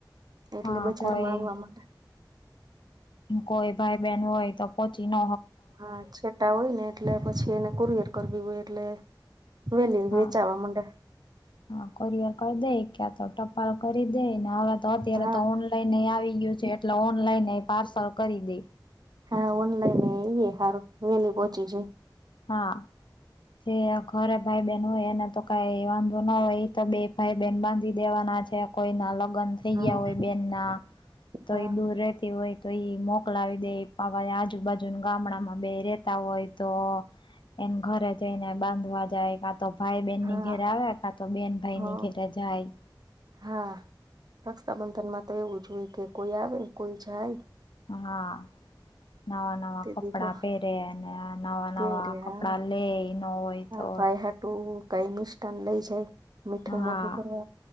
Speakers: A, on the right; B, on the left.
A: એટલે
B: હા
A: બજારમાં
B: કોઈ
A: આવવા માં
B: કોઈ ભાઈ બહેન હોય તો પોચી નક
A: હા છેટા હોય ને એટલે પછી એને કુરિયર કરવી હોય એટલે વેલી વેચાવા
B: હા
A: મડે
B: હા કોરિયર કરી દે ક્યા તો ટ પ્લ કરી દે ને હવે તો અત્યારે
A: હા
B: તો ઓનલાઈન આવી ગયું છે એટલે ઓનલાઈન પાર્સલ કરી દે
A: હા ઓનલાઈનઈએ સારું વેલી પહોંચી જ
B: હા જે ઘરે ભાઈ બહેન હોય એને તો કઈ વાંધો ન હોય એ તો બે ભાઈ બહેન બાંધી દેવાના છે કોઈ ના લગ્ન થઈ
A: હા
B: ગયા હોય બેન ના તોય
A: હા
B: દૂર રતી હોય તો એ મોકલાવી દેવા આજુબાજુના ગામડામાં બે રહેતા હોય તો એને ઘરે જઈને બાંધવા જાય તો ભાઈ બેહેનની
A: હા
B: ઘેરે આવે કા તો બેન ભાઈ
A: હ
B: ની ઘેરે જાય
A: હા રક્ષાબંધનમાં તો એવું જ હોય કે કોઈ આવે કોઈ જાય
B: હા નવા નવા
A: તે
B: કપડા
A: દી તો
B: પહેર્યા અને નવા
A: પેરે
B: નવા
A: હા
B: કપડા લે ન હોય
A: હા
B: તો
A: ભાઈ હાટું કઈ નિષઠાન લઈ જાય મીઠું
B: હા
A: મોઢું કરવા